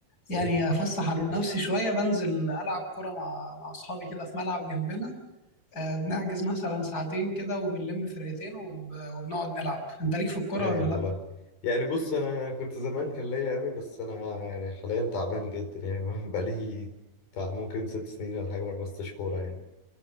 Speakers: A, on the left (about 25°); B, on the left (about 85°).
A: يعني
B: مم.
A: افسح عن نفسي شويه بنزل العب كره مع مع اصحابي كده في ملعب جنبنا آه، بنحجز مثلا ساعتين كده وبنلم فرقتين وب... وبنقعد نلعب انت ليك في الكره
B: هايل
A: ولا لا
B: والله يعني بص انا كنت زمان كان ليا قوي بس انا يعني حاليا تعبان جدا يعني <laughs> بقالي بتاع ممكن ست سنين ولا حاجة ما لمستش كورة يعني